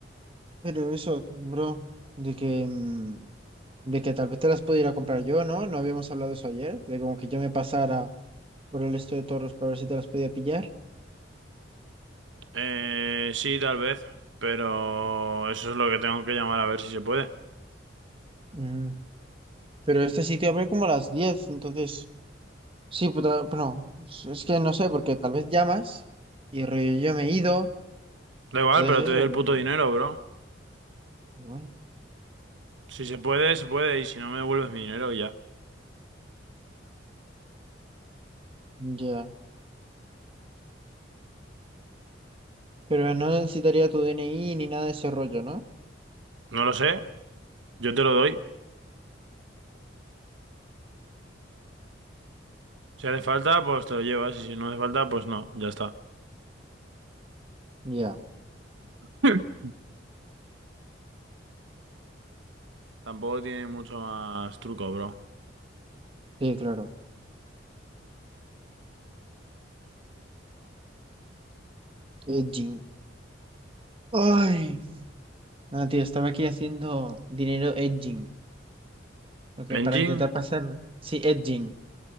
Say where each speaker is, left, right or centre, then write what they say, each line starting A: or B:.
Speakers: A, on the right (about 30°); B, on the right (about 90°).
A: Pero eso, bro, de que, mm, de que tal vez te las pudiera comprar yo, ¿no? No habíamos hablado eso ayer, de como que yo me pasara por el esto de toros para ver si te las podía pillar.
B: Eh, sí, tal vez, pero eso es lo que tengo que llamar a ver si se puede.
A: Mm, Pero este sitio abre como a las 10, entonces, sí, puta, bueno, es es que no sé, porque tal vez llamas y rollo yo me he ido,
B: Da igual,
A: entonces
B: pero te
A: eso,
B: doy el
A: pero,
B: puto dinero, bro.
A: bueno,
B: Si se puede, se puede, y si no me devuelves mi dinero y ya.
A: ya. Pero no necesitaría tu DNI ni nada de ese rollo, ¿no?
B: No lo sé, yo te lo doy. Si hace falta, pues te lo llevas, y si no hace falta, pues no, ya está.
A: Ya,
B: <laughs> Tampoco tiene mucho más truco, bro.
A: Sí, claro. Edging. Ay. No, tío, estaba aquí haciendo dinero edging, porque
B: ¿Engine?
A: para intentar pasar, sí, edging,